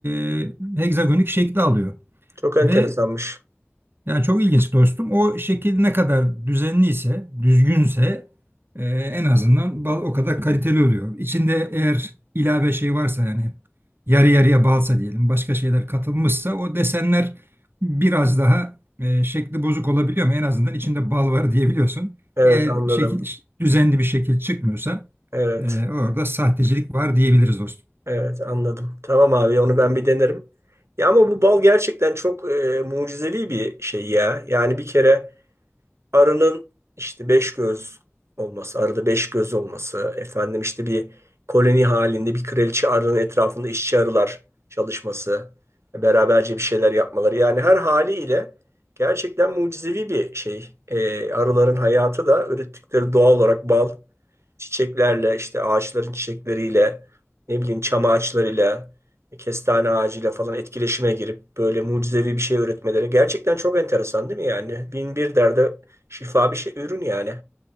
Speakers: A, on the right (about 55°); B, on the right (about 80°).
A: e, hegzagonik şekli alıyor
B: Çok enteresanmış.
A: ve Yani çok ilginç dostum. O şekil ne kadar düzenliyse, düzgünse e, en azından bal o kadar kaliteli oluyor. İçinde eğer ilave şey varsa yani yarı yarıya balsa diyelim başka şeyler katılmışsa o desenler biraz daha e, şekli bozuk olabiliyor ama en azından içinde bal var diyebiliyorsun.
B: Evet
A: Eğer
B: anladım.
A: şekil, düzenli bir şekil çıkmıyorsa
B: Evet.
A: e, orada sahtecilik var diyebiliriz dostum.
B: Evet anladım. Tamam abi onu ben bir denerim. Ya ama bu bal gerçekten çok e, mucizevi bir şey ya. Yani bir kere arının işte beş göz olması, arada beş göz olması, efendim işte bir koloni halinde bir kraliçe arının etrafında işçi arılar çalışması, beraberce bir şeyler yapmaları. Yani her haliyle gerçekten mucizevi bir şey. Ee, arıların hayatı da ürettikleri doğal olarak bal, çiçeklerle, işte ağaçların çiçekleriyle, ne bileyim çam ağaçlarıyla, kestane ağacıyla falan etkileşime girip böyle mucizevi bir şey üretmeleri gerçekten çok enteresan değil mi yani? Bin bir derde Şifa bir şey ürün yani.